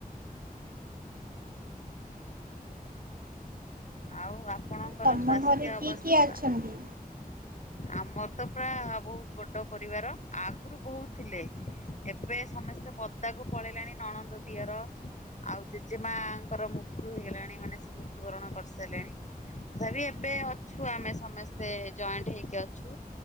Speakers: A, on the left (about 50°); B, on the right (about 65°).
A: ଆଉ ଆପଣଙ୍କର
B: ତମ
A: ସ୍ୱାସ୍ଥ୍ୟ
B: ଘରେ
A: ଅବସ୍ଥା।
B: କିଏ କିଏ ଅଛନ୍ତି?
A: ଆମର ତ ପୁରା ବହୁତ ବଡ ପରିବାର ଆଗରୁ ବହୁତ ଥିଲେ। ଏବେ ସମସ୍ତେ ପଦାକୁ ପଳେଇଲେଣି ନଣନ୍ଦ ଦତିଆର। ଆଉ ଜେଜେ ମାଙ୍କର ମୃତ୍ୟୁ ହେଇଗଲାଣି ମାନେ ସେ ମୃତ୍ୟୁବରଣ କରିସାରିଲେଣି। ତଥାପି ଏବେ ଅଛୁ ଆମେ ସମସ୍ତେ ଜଏଣ୍ଟ ହେଇକି ଅ ଛୁ